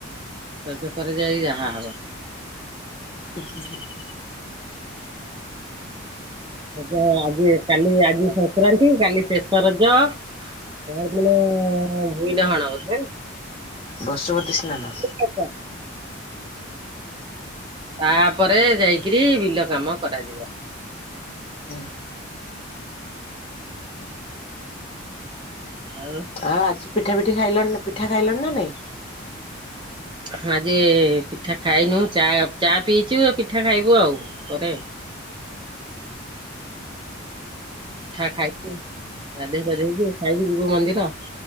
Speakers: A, on the right; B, on the left.
A: ରଜ ପରେ ଯାଇ ଯାହା ହବ।
B: <unintelligible>
A: ରଜ ଆଜି କାଲି ଆଜି ସଂକ୍ରାନ୍ତି କାଲି ଶେଷ ରଜ। ପର୍ କଣ ଭୂଇଁଡହଣ ବୋଧେ?
B: ବସୁମତୀ ସ୍ନାନ।
A: ଆଚ୍ଛା। ତାପରେ ଯାଇକିରି ବିଲ କାମ କରାଯିବ।
B: ହୁଁ।
A: ଆଉ
B: ଆ ଆଜି ପିଠା ପିଠି ଖାଇଲ ପିଠା ଖାଇଲଣି ନା ନାଇଁ?
A: ହଁ ଆଜି ପିଠା ଖାଇନୁ ଚା ଚା ପିଇଛୁ ପିଠା ଖାଇବୁ ଆଉ ପରେ। ପିଠା ଖାଇବୁ ଗାଧୋଇ ପାଧେଇକି ଖାଇକି ଯିବୁ ମନ୍ଦିର।